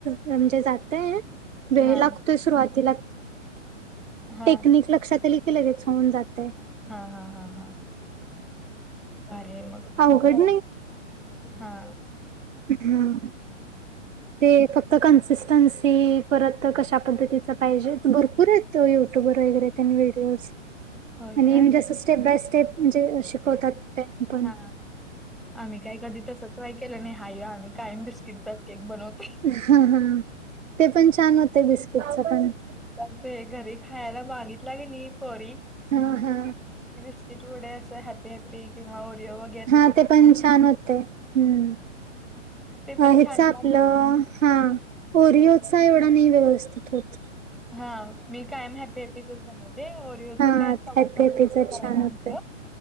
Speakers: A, on the right; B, in the centre.
A: म्हणजे जात वेळ
B: हा
A: लागतोय सुरु आज
B: हा
A: टेिक लक्षात लेात
B: हा हा हा हा अरे मग
A: अवघड
B: काय हा
A: हम ते फक्त कन्सिस्टन्सी परत कशा पद्धतीच पाहिजे भरपूर आहेत त युट्यूब वर वगैरे व्हिडिओज
B: होय
A: आणि
B: का
A: म्हणजे असं स्टेप बाय स्टेप म्हणजे शिकवतात त्यांनी पण
B: हा आम्ही काय कधी तस ट्राय केलं नाही हा आम्ही काय बिस्किटचा केक बनवत
A: हा हा ते पण छान होते बिस्किटच पण
B: त्यांचं हे घरी खायला मागितलं ग नाही परी
A: हा हा
B: बिस्किट पुढे अस हॅपी हॅपी किंवा ओिओ
A: हा ते पण छान होते हम्
B: ते पण
A: हेच
B: छान
A: आपलं
B: लागते.
A: हा ओरिओचा एवढा नाही व्यवस्थित होत
B: हा मी कायम हॅप ते पीसेस बनवते ओरिओच
A: हा
B: काय हवा
A: हॅपी
B: तर
A: हॅपीच
B: मिक्स करायला
A: छान होत
B: आणत